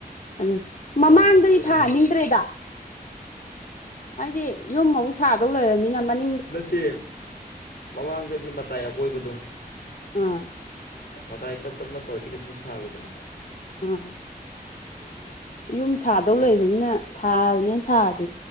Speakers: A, on the left (about 55°); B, on the left (about 85°).
A: ꯑꯗꯨ ꯃꯃꯥꯡꯗꯗꯤ
B: ꯔꯥꯎꯟ ꯊꯥꯖꯤꯜꯂꯗꯤ
A: ꯊꯥꯍꯟ
B: ꯍꯌꯦꯡ
A: ꯅꯤꯡꯗ꯭ꯔꯦꯗ꯫ ꯍꯥꯏꯗꯤ ꯌꯨꯝ ꯑꯃꯨꯛ ꯁꯥꯗꯧ ꯂꯩꯔꯕꯃꯤꯅ ꯃꯅꯤ
B: ꯅꯠꯇꯦ ꯃꯃꯥꯡꯗꯗꯤ ꯃꯇꯥꯏ ꯑꯀꯣꯏꯕꯗꯣ꯫
A: ꯑꯥ
B: ꯃꯇꯥꯏ ꯇꯞ ꯇꯞ ꯅꯞ ꯄꯒꯗꯤ ꯀꯩꯁꯨ ꯁꯥꯔꯣꯏꯗꯅ꯫
A: ꯑ꯫
B: <inaudible>
A: ꯌꯨꯝ ꯁꯥꯗꯧ
B: ꯑꯗꯨꯒ
A: ꯂꯩꯕꯅꯤꯅ ꯊꯥꯕꯅꯤꯅ ꯊꯥꯔꯗꯤ